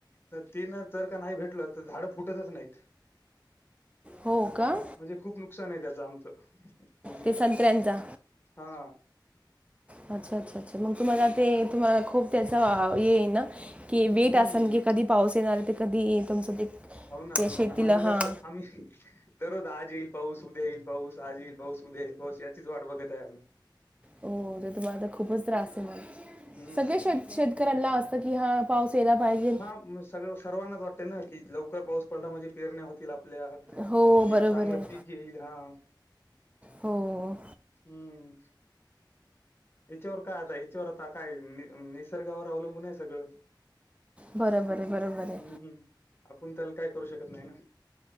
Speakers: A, on the left; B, on the right.
A: तर तेन जर का नाही भेटलं तर झाड फुटतच नाहीत
B: हो का
A: म्हणजे खूप नुकसान आहे त्याच आमचं पूर्ण
B: ते संत्र्यांचा
A: हा
B: अच्छा अच्छा अच्छा मग तुम्हाला ते तुम्हाला खूप त्याच ये ना की वेट
A: हम्म
B: असं ना की कधी पाऊस येणार तर कधी तुमचं ते
A: हो ना
B: ते
A: हो ना
B: शेतीला
A: आम्हाला म्हणजे
B: हां
A: असं आम्ही दररो आज येईल पाऊस, उद्या येईल पाऊस आज येईल पाऊस उद्या याचीच वाट बघत आहे
B: हो ते तुम्हालाता खूपच त्रास आहे म
A: हम्म
B: सगळे श शेतकऱ्यांना असतं कि हा पाऊस यायला पाहिजे
A: हा सगळ सर्वांनाच वाटते ना की लवकर पाऊस पडला म्हजे पेरण्या होतील आप आपल्या
B: हो
A: म्हणजे
B: बरोबर
A: चांगलं
B: आहे
A: पीक येईल हा
B: हो
A: हम्म याच्यावर काय आता याच्यावर आता काय निसर्गावर अवलंबून आहे सगळं
B: बरोबर आहे बरोबर
A: हम्म,
B: आहे
A: हम्म आपण त्याला काय करू शकत नाही ना